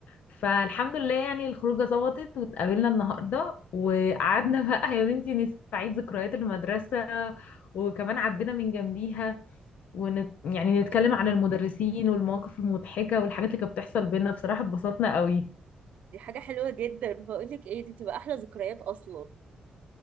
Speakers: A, on the left; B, on the right.
A: فالحمد لله يعني الخروجة ظبطت واتقابلنا النهاردة وقعدنا <laughs> بقى يا بنتي نستعيد ذكريات المدرسة وكمان عدينا من جنبيها ونت... يعني
B: اه
A: نتكلم عن المدرسين والمواقف المضحكة والحاجات اللي كانت بتحصل بينا بصراحة اتبسطنا قوي
B: دي حاجة حلوة جدا بقولك ايه دي بتبقى أحلى ذكريات أصلا